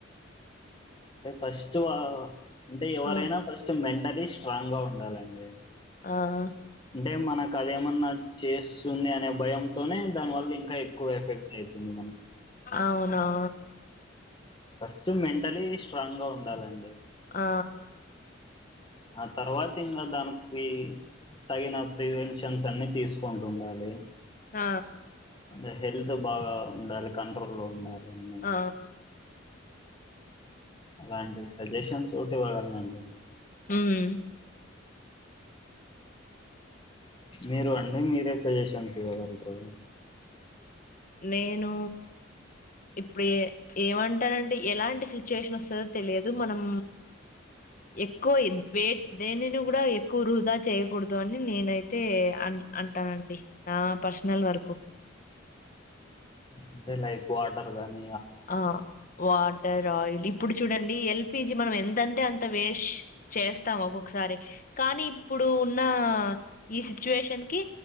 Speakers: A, on the left; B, on the left.
A: అంటే ఫస్ట్ అంటే ఎవరైనా
B: ఆ
A: ఫస్ట్ మెం టల్లీ స్ట్రాంగ్ గా ఉండాలండి
B: ఆహా
A: అంటే మనకు అదేమన్నా చేస్తుంది అనే భయంతోనే దానివల్ల ఇంకా ఎక్కువ ఎఫెక్ట్ అవుతుంది
B: అవును ఆ
A: ఫస్ట్ మెంటలీ స్ట్రాంగ్ గా ఉండాలండి
B: ఆ
A: ఆ తర్వాత ఇంకా దానికి తగిన ప్రివెన్షన్స్ అన్ని తీసుకుంటు ఉండాలి
B: ఆ
A: అంటే హెల్త్ బాగా ఉండాలి కంట్రోల్ లో ఉండాలి అన్నీ
B: ఆ
A: అలా అండి సజెషన్స్ ఒకటి ఇవ్వగలలనుండి
B: ఉమ్
A: మీరు అండి మీరే సజెషన్స్ ఇవ్వగలుగుతారు
B: నేను ఇప్పుడు ఏమంటానంటే ఎలాంటి సిచ్యుయేషన్ వస్తుందో తెలియదు మనం ఎక్కువ వే దేనిని కూడా ఎక్కువ వృధా చేయకూడదు అని నేనైతే అ అంటానండి నా పర్సనల్ వర్కు
A: అంటే లైక్ వాటర్ గాని
B: ఆ వాటర్ ఆయిల్ ఇప్పుడు చూడండి ఎల్పిజి మనం ఎంతంటే అంత వేస్ట్ చేస్తాం ఒక్కొక్కసారి కానీ ఇప్పుడు ఉన్న ఈ సిచువేషన్ కి